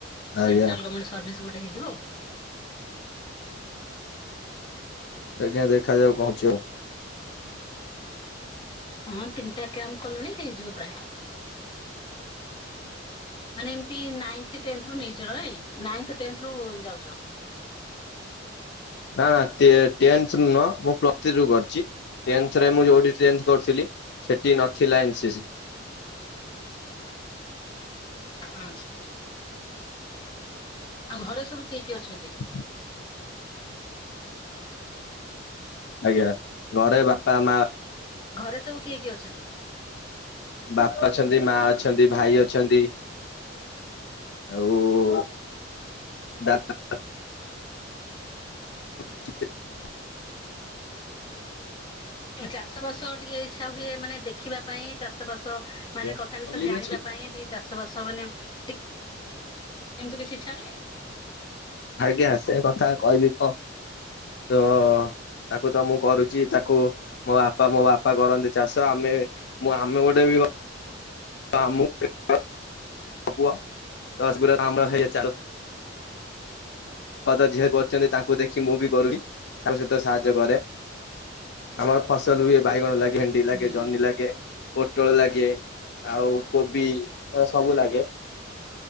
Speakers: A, on the left; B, on the left.
A: ଆଜ୍ଞା।
B: ସେଣ୍ଟ୍ରାଲ ଗମେଣ୍ଟ ସର୍ଭିସ ଗୋଟେ ହେଇଯିବ।
A: ଆଜ୍ଞା ଦେଖାଯାଉ କଣ ହଉଛି ଆଉ
B: ହଁ ତିନିଟା କ୍ୟାମ୍ପ କଲୁଣି ହେଇଯିବ ପ୍ରାୟ। ମାନେ ଏମିତି ନାଇଁଥି, ଟେନଥେ ରୁ ନେଇଛ କାଳେ ନାଇଁଥି ଟେଏଥେ ରୁ ଯାଉଛ।
A: ନା ନା ଟେନଥରୁ ନୁହଁ ମୁଁ ପ୍ଲସ ଥି ରୁ କରିଛି। ଟେନ୍ଥରେ ମୁଁ ଯୋଉଠି ଟେନ୍ଥ କରୁଥିଲି ସେଠି ନଥିଲା ଏନସିସି।
B: ଆଚ୍ଛା ଆଚ୍ଛା। ଆଉ ଘରେ ସବୁ କିଏ କିଏ ଅଛନ୍ତି?
A: <unintelligible> ଆଜ୍ଞା ଘରେ ବାପା, ମା
B: ଘରେ ସବୁ କିଏ କିଏ ଅଛନ୍ତି?
A: ବାପା ଅଛନ୍ତି ମା ଅଛନ୍ତି ଭାଇ ଅଛନ୍ତି। ଆଉ ଦାଦା <unintelligible>
B: ଚାଷ ବାସ ଟିକେ ଇଚ୍ଛା ହୁଏ ମାନେ ଦେଖିବା ପାଇଁ ଚାଷ ବାସ ମାନେ
A: କଲିନ
B: କଥା ବିଷୟରେ ଜାଣିବା
A: ଅଛି?
B: ପାଇଁ ଟିକେ ଚାଷ ବାସ ମାନେ ଟି ଏମିତି କିଛି ଇଛା ହୁଏ।
A: ଆଜ୍ଞା ସେ କଥା କହିବି କଣ ତ ତାକୁ ତ ମୁଁ କରୁଛି ତାକୁ ମୋ ବାପା ମୋ ବାପା କରନ୍ତି ଚାଷ ଆମେ ମୁଁ ଆମେ ଗୋଟେ ବି <inaudible> କଥା ଜିଏ କରୁଛନ୍ତି ତାଙ୍କୁ ଦେଖି ମୁଁ ବି କରିବି ତାଙ୍କ ସହିତ ସାହାଯ୍ୟ କରେ। ଆମର ଫସଲ ହୁଏ ବାଇଗଣ ଲାଗେ ଭେଣ୍ଡି
B: ହୁଁ
A: ଲାଗେ ଜହ୍ନି ଲାଗେ। ପୋଟଳ ଲାଗେ ଆଉ କୋବି ସବୁ ଲାଗେ।